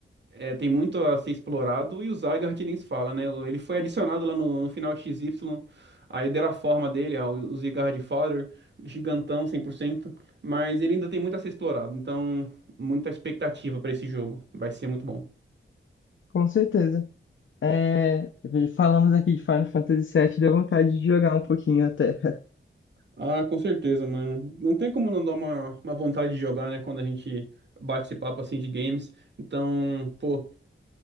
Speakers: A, on the right; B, on the left.
A: é, tem muito a ser explorado, e o Zygarde que nem se fala, né? Ele foi adicionado lá no, no final de X Y aí deram a forma dele, ó, o Zygarde Father, gigantão 100%, mas ele ainda tem muito a ser explorado, então muita expectativa pra esse jogo, vai ser muito bom.
B: com certeza. É, falamos aqui de Final Fantasy VII, deu vontade de jogar um pouquinho até.
A: Ah, com certeza, mano. Não tem como não dar uma, uma vontade de jogar, né, quando a gente bate esse papo assim de games. Então, pô,